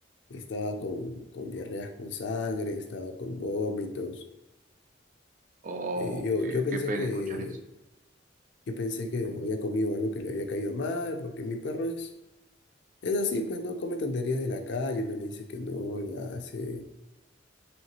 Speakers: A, on the left; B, on the right.
A: estaba con, con diarreas con sangre, estaba con vómitos.
B: O
A: Eh, yo,
B: que
A: yo pensé
B: qué pena
A: que,
B: escuchar eso.
A: yo pensé que había comido algo que le había caído mal, porque mi perro es, es así, pues no come tonterías de la calle, no le dice que no, lo hace.